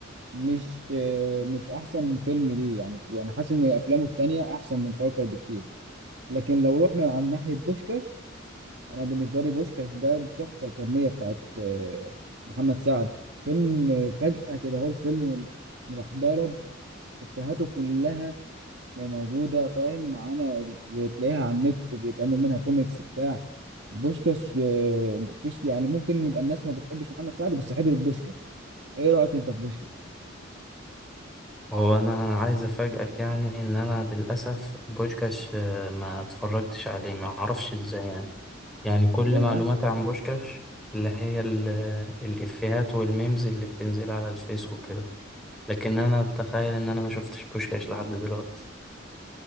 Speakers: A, on the right (about 60°); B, in the centre.
A: مش آه، مش أحسن فيلم ليه يعني يعني حاسس إن أفلامه التانية أحسن من كركر بكتير لكن لو رحنا على ناحية بوشكاش انا بالنسبه لي بوشكاش ده التحفه الفنيه بتاعت آه، محمد سعد فيلم آه، فجاه كده هو الفيلم راح ضرب افيهاته كلها موجوده فاهم معانا بتلاقيها على النت بيتعمل منها كوميكس بتاع بوشكاش آه، مفيش يعني ممكن يبقى الناس ما بتحبش محمد سعد بس حضرت بوشكاش ايه رايك انت في بوشكاش
B: هو انا عايز افاجئك يعني ان انا للاسف بوشكاش آه، ما اتفرجتش عليه ما اعرفش ازاي يعني يعني كل
A: ياه
B: معلوماتي عن بوشكاش اللي هي ال- الافيهات والميمز اللي بتنزل على الفيس وكده لكن انا اتخيل ان انا ما شفتش بوشكاش لحد دلوقتي